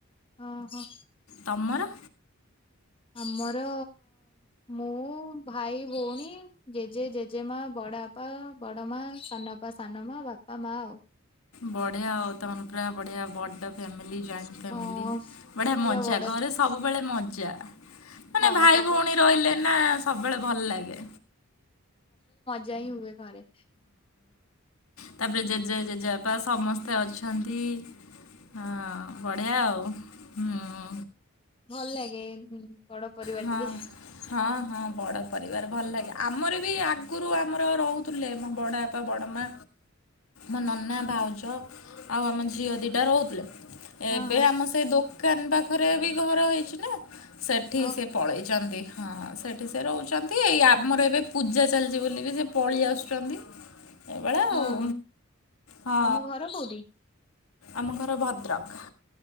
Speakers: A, on the left; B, on the left.
A: ଓହୋ।
B: ତମର?
A: ଆମର ମୁଁ, ଭାଇ, ଭଉଣୀ, ଜେଜେ, ଜେଜେମା, ବଡ଼ ବାପା, ବଡ ମା, ସାନବାପା, ସାନମା, ବାପା, ମା ଆଉ।
B: ବଢିଆ ଆଉ ତମର ପୁରା ବଢିଆ ବ ବଡ ଫ୍ୟାମିଲ ଜଏଣ୍ଟ ଫ୍ୟାମିଲ
A: ହଁ
B: ବଢିଆ
A: ସେ ପୁରା
B: ମଜା
A: ବଡ
B: ଘରେ ସବୁବେଳେ ମ ଜ ମାନେ
A: ହଁ
B: ଭାଇ
A: ସବୁ
B: ଭୋଉଣୀ ରହିଲେ ନା ସବୁବେଳେ ଭଲଲାଗେ।
A: ଜାହିଁ ହୁଏ। ଘରେ।
B: ତାପରେ ଜେଜେ ଜେଜେବାପା ସମସ୍ତେ ଅଛନ୍ତି। ହଁ ବଢିଆ ଆଉ। ହଁ।
A: ଭଲ ଲାଗେ। ବଡ଼ ପରିବାର
B: ହଁ।
A: ଟିକେ
B: ହଁ ହଁ ବଡ଼ ପରିବାର ଭଲ ଲାଗେ ଆମର ବି ଆଗରୁ ଆମର ରହୁଥିଲେ ମୋ ବଡ଼ ଆପା ବଡ଼ ମା ମୋ ନନା ଭାଉଜ ଆଉ ଆମ ଝିଅ ଦୁଇଟା ରହୁଥିଲେ।
A: ହଁ
B: ଏବେ
A: ହଁ
B: ଆମ ସେଇ ଦୋକ ଦୋକାନ ପାଖରେ ବି ଘର ହେଇଛି ନା। ଏଠି
A: ହ
B: ସେ ପଳେଇଛନ୍ତି। ହଁ ସେଠି ସେ ରହୁଛନ୍ତି ଏଇ ଆମର ଏବେ ପୂଜା ଚାଲିଛି ବୋଲି ବି ସେ ପଳେଇ ଆସୁଛନ୍ତି। ଏଇଭଳିଆ
A: ହଁ
B: ଆଉ।
A: ହଁ
B: ହଁ
A: ତମ ଘର କୋଉଠି?
B: ଆମ ଘର ଭଦ୍ରକ।